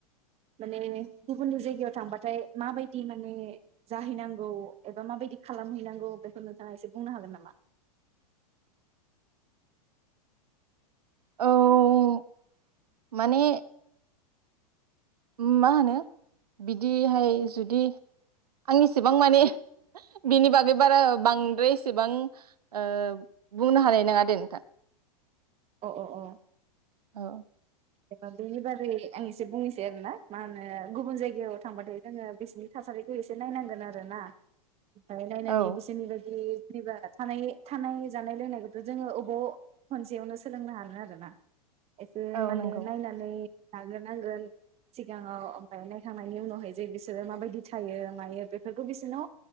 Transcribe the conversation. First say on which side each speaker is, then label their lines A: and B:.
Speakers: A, on the right; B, on the right.
A: माने गुबुननि जायगायाव थांबाथाय माबायदि माने जाहैनांगौ एबा माबायदि खालामहैनांगौ बेखौ नोंथाङा एसे बुंनो हागोन नामा
B: औ माने उम मा होनो बिदिहाय जुदि आं इसेबां माने बिनि बागै बारा बांद्राय एसेबां ओ बुंनो हानाय नङा दे नोंथां
A: अ अ अ
B: औ
A: जेन बेनि बारै आं एसे बुंनोसै आरोना मा होन <unintelligible> ओ गुबुन जायगायाव थांबाथ जोङो बिसोरनि थासारिखौ एसे नायनांगोन आरो ना बाय नायनानै
B: औ
A: बिसोरनि बादि जेनेबा थानाय थानाय जानाय लोंनायखौथ जोङो अबाव खनसेयावनो सोलोंनो हानो आरोना एसे
B: औ
A: माने
B: नंगौ
A: नानै लाग्रोनांगोन सिगाङाव ओमफाय नायखांनायनि उनावहाय जे बिसोरो माबायदि थायो मायो बेफोरखौ बिसोरनाव